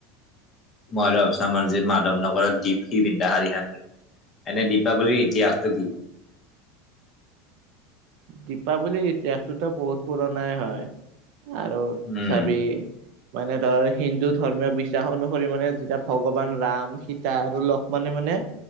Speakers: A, on the left; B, on the right.
A: মই লগচাম আৰু যে মাধৱনগৰত দীপ সি পিন্ধা শাৰী খন নেকি? এনে দীপাৱলীৰ ইতিহাসটো কি?
B: দীপাৱলীৰ ইতিহাসটোতো বহুত পুৰণাই হয় আৰু
A: উম
B: চাবি মানে ধৰ হিন্দু ধৰ্মীয় বিশ্বাস অনুসৰি মানে যেতিয়া ভগৱান ৰাম, সীতা আৰু লক্ষ্মণে মানে